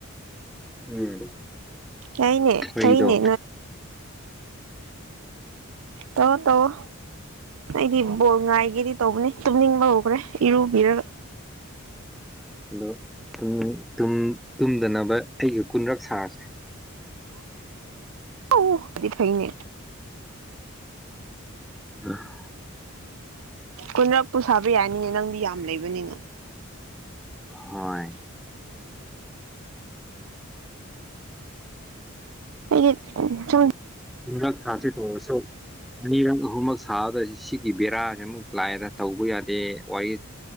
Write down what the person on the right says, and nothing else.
ꯌꯥꯏꯅꯦ
ꯐꯩꯅꯦ ꯇꯧꯑꯣ ꯇꯧꯑꯣ ꯑꯩꯗꯤ ꯕꯣꯜ ꯉꯥꯏꯒꯦꯗꯤ ꯇꯧꯕꯅꯤ ꯇꯨꯝꯅꯤꯡꯕ ꯍꯧꯈ꯭ꯔꯦ ꯏꯔꯨꯕꯤꯔꯒ
ꯑꯣ ꯑꯗꯨꯏ ꯐꯩꯅꯦ
ꯀꯨꯟꯔꯛꯄꯨ ꯁꯥꯕ ꯌꯥꯅꯤꯅꯦ ꯅꯪꯗꯤ ꯌꯥꯝ ꯂꯩꯕꯅꯤꯅ
ꯑꯩꯒꯤ ꯆꯨꯝ